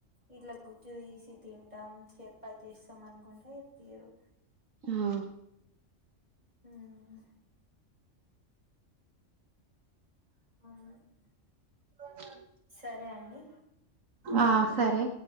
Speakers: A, on the right; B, on the right.
A: ఇట్లా గుచ్చుతీసి తింటాం చేర్పాత్ చేస్తాం. అనుకుంటే పేరుగు
B: హ్మఆ
A: హ్మ్ అవును హ్
B: <unintelligible>
A: సరే అండి.
B: ఆ సరే